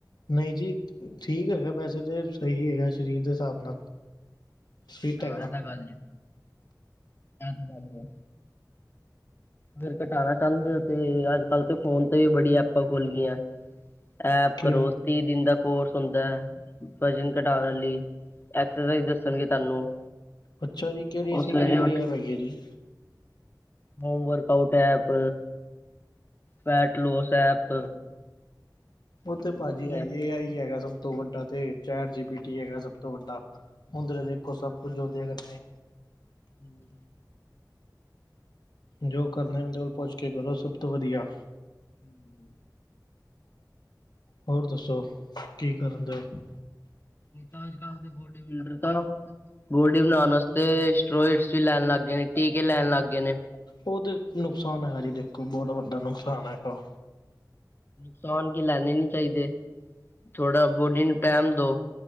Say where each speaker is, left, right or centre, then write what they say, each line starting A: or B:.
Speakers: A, on the left; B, on the left.
A: ਨਹੀਂ ਜੀ ਠੀਕ ਹੈਗਾ ਵੈਸੇ ਤੋ ਸਹੀ ਹੈਗਾ ਸਰੀਰ ਦੇ ਹਿਸਾਬ ਨਾਲ ਫਿਟ
B: ਹਾਂ
A: ਹੈਗਾ
B: ਐ ਤਾਂ ਗੱਲ ਜੇ ਏਂ ਤੇ ਗੱਲ ਏ। ਫਿਰ ਘਟਾਣਾ ਚਾਹੁੰਦੇ ਹੋ ਤੇ ਅੱਜ ਕਲ ਤੇ ਫੋਨ ਤੇ ਵੀ ਬੜੀਆਂ ਐਪਾਂ ਖੋਲ ਗਈਆ। ਐਪ
A: ਕਿਹੜੇ
B: ਕਰੋ ਤੀਹ ਦਿਨ ਦਾ ਕੋਰਸ ਹੁੰਦਾ ਹੈ। ਵਜਨ ਘਟਾਣ ਲਈ ਐਕਸਰਸਾਈਜ਼ ਦੱਸਣਗੇ ਤੁਹਾਨੂੰ
A: ਅੱਛਾ ਜੀ ਕਿਹੜੀ
B: ਉਹ
A: ਐਸੀ
B: ਸਵੇਰੇ
A: ਕਿਹੜੀ ਕਿਹੜੀ
B: ਉਠ
A: ਐਪ ਹੈਗੀ ਹੈ ਜੀ
B: home workout app, weight loss app
A: ਉਹ
B: ਬਹੁਤੀਆਂ
A: ਤੇ ਪਾਜੀ ਆਈਏ। ਆ ਹੀ ਹੈਗਾ ਸਭ ਸਭ ਤੋਂ ਵੱਡਾ ਤੇ ਚੈਟ ਜੀ ਪੀ ਟੀ ਹੈਗਾ ਸਭ ਤੋਂ ਵੱਡਾ ਉਂਦੇ ਦੇਖੋ ਸਭ ਕੁਝ ਦੇਖਦਾ
B: ਹੂੰ
A: ਜੋ ਕਰਨਾ ਉਹਦੇ ਕੋਲ ਪੁੱਛ ਕੇ ਕਰੋ ਸਭ ਤੋਂ ਵਧੀਆ
B: ਹੂੰ
A: ਹੋਰ ਦੱਸੋ। ਕੀ ਕਰਨ
B: ਨਿਤਾਜ-
A: ਦੇ ਹੋ?
B: ਨਿਤਾਜ ਕਾਲ ਦੇ ਬੋਡੀ ਬਿਲਡਰ ਤਾ ਬੋਡੀ ਬਣਾਣ ਅਸਤੇ ਸਟੋਇਸ ਵੀ ਲੈਣ ਲੱਗ ਗਏ ਨੇ ਟੀਕੇ ਲੈਣ ਲੱਗ ਗਏ ਨੇ।
A: ਉਹ ਤੇ ਨੁਕਸਾਨ ਹੈਗਾ ਜੀ ਦੇਖੋ ਬਹੁਤ
B: ਹਾਂ।
A: ਵੱਡਾ ਨੁਕਸਾਨ ਹੈਗਾ।
B: ਨੁਕਸਾਨ ਤੇ ਲੈਣੇੇ ਨੀ ਚਾਹੀਦੇ ਥੋੜਾ ਬੋਡੀ ਨੂੰ ਟਾਇਮ ਦੋ।